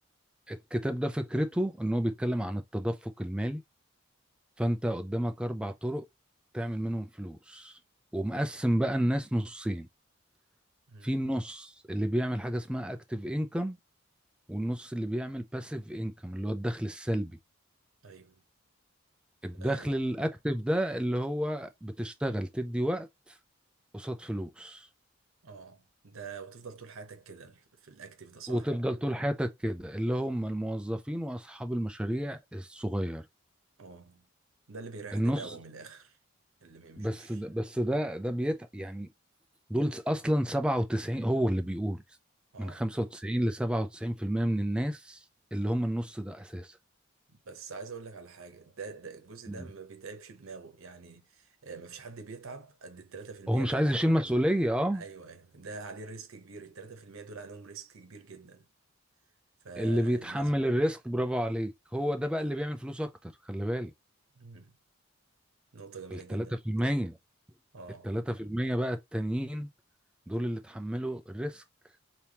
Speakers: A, in the centre; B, on the right (about 80°).
A: الكتاب ده فكرته ان هو بيتكلم عن التدفق المالي فانت قدامك اربع طرق تعمل منهم فلوس ومقسم بقى الناس نصين
B: امم
A: في نص اللي بيعمل حاجة اسمها اكتيف انكم والنص اللي بيعمل باسيف انكم اللي هو الدخل السلبي
B: ايوه
A: الدخل
B: اه
A: الاكتيف ده اللي هو بتشتغل تدي وقت قصاد فلوس
B: آه. ده وتفضل طول حياتك كده في الاكتيف ده صح
A: وتفضل طول حياتك كده اللي هم الموظفين واصحاب المشاريع الصغيرة
B: اه ده اللي بيريح
A: النص
B: دماغه من الاخر اللي بيمشي
A: بس
B: مشي
A: ده بس ده ده بيتعب يعني دول اصلا 97 هو اللي بيقول
B: اه
A: من 95 ل 97% من الناس اللي هم النص ده اساسا
B: بس عايز اقول لك على حاجه ده, ده الجزء
A: مم.
B: ده ما بيتعبش دماغه يعني آه ما فيش حد بيتعب قد ال 3%
A: هو مش
B: اللي انت
A: عايز يشيل مسؤولية اه
B: ايوه ايوه ده عليه ريسك كبير ال 3% دول عليهم ريسك كبير جدا فالناس
A: اللي بيتحمل الريسك برافو عليك هو ده بقى اللي بيعمل فلوس اكتر خلي بالك
B: مم. نقطة جميلة
A: ال 3%
B: جدا النقطة دي اه
A: ال 3% بقى التانيين دول اللي اتحملوا الريسك